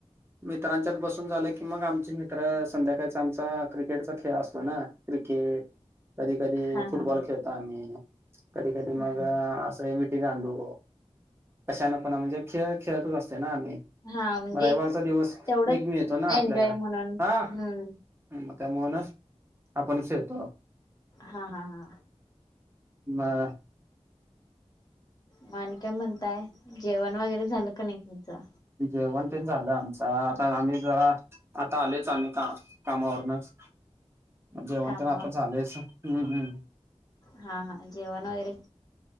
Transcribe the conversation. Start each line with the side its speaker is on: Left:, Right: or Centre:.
Right: मित्रांच्यात बसून झाल की मग आमचे मित्रं, संध्याकाळीच आमचा क्रिकेटचा खेळ असतो ना. क्रिकेट, कधी कधी
Left: हा
Right: फुटबॉल
Left: हा
Right: खेळतो आमीई. कधी कधी
Left: हम्म
Right: मगअ असंय, विटी दांडू, कशान पणा म्हणजे खेळ खेळतच असतो तोन आम्ही,
Left: हा म्हणजे
Right: रैवारचा दिवस
Left: तेवढंच
Right: एक मिळतो ना आपल्याला.
Left: एन्जॉय म्हणून
Right: आ
Left: हम्म
Right: मग त्यामुळं न आपणच येतो.
Left: हा हा हा.
Right: बंर
Left: म आनि काय म्हणताय? जेवण वगरे झालं का नाही तुमचं?
Right: जेवण तेच झालं आमचं, आता आमी जरा, आता आलेच आमी ता कामावरनच, जेवण
Left: कामावर
Right: तर आता झालयसा, हं हं आ
Left: हा हा, जेवण वगरे